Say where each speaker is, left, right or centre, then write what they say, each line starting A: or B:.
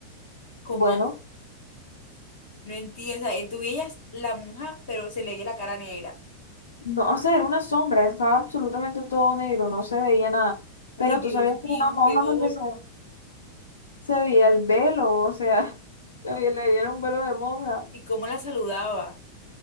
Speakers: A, on the left (about 50°); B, on the left (about 70°).
A: como
B: Bueno,
A: hace? No entiendo. O sea, eh, tú veías la monja, pero se le veía la cara negra.
B: no, o sea, era una sombra, estaba absolutamente todo negro, no se veía nada.
A: Ay,
B: Pero
A: Dios
B: tú sabías que
A: mío,
B: era una monja
A: peor.
B: porque se se veía el velo, o sea, <laughs> se veía, le veía un velo de monja.
A: ¿Y cómo la saludaba?